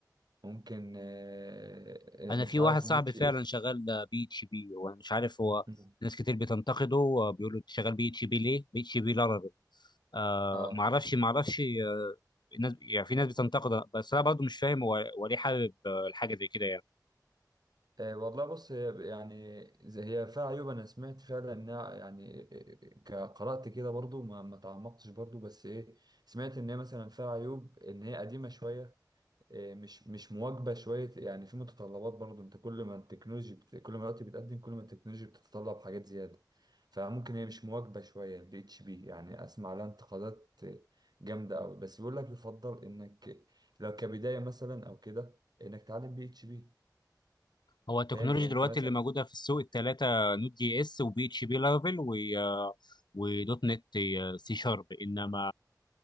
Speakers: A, on the right; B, on the left.
A: ممكن آه،
B: انا
A: آه، مش
B: في
A: عارف
B: واحد صاحبي
A: النوتش
B: فعلا
A: اس
B: شغال بي اتش بي وانا مش عارف هو
A: مم.
B: ناس كتير بتنتقده وبيقولوا انت شغال بي اتش بي ليه بي اتش بي لارافيل آه
A: اه
B: معرفش معرفش آه الناس يعني في ناس بتنتقده بس انا برضه مش فاهم هو هو ليه حابب آه، الحاجه زي كده يعني
A: آه، والله بص هي يعني زي هي فيها عيوب انا سمعت فعلا انها يعني آه، آه، ك- قرأت كده برضو ما ما تعمقتش برضو بس ايه سمعت ان هي مثلا فيها عيوب ان هي قديمة شوية آه، مش مش مواكبه شويه يعني في متطلبات برضو انت كل ما التكنولوجي بت... كل ما الوقت بيتقدم كل ما التكنولوجي بتتطلب حاجات زياده فممكن هي مش مواكبه شويه البي اتش بي يعني اسمع لها انتقادات آه، جامده قوي بس بيقول لك يفضل انك لو كبدايه مثلا او كده انك تعلم بي اتش بي
B: هو التكنولوجيا
A: فاهم زي انت
B: دلوقتي
A: مثلا
B: اللي موجوده في السوق الثلاثه نوت جي اس وبي اتش بي لارافيل و ودوت نت سي شارب انما